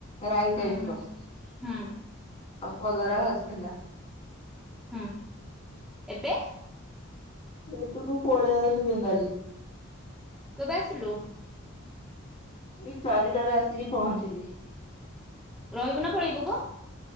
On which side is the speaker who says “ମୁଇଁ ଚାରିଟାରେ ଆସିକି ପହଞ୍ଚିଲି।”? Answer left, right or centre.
Left